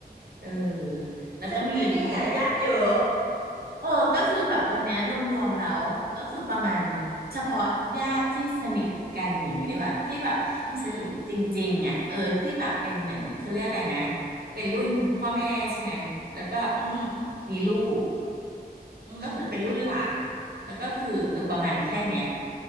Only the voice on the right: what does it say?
เออแล้วก็มีคาราโอเกะ
เออก็คือแบบวันเนี้ยรวมๆแล้วก็คือประมาณเฉพาะญาติที่สนิทกันอย่างนี้ดีกว่าที่แบบสนิทจริงๆอ่ะเออที่แบบเป็นเหมือนเขาเรียกอะไรนะ
เป็นรุ่นพ่อแม่ใช่ไหมแล้วก็
มีลูก
ก็คือเป็นรุ่นหลานแล้วก็คือเออประมาณแค่เนี้ย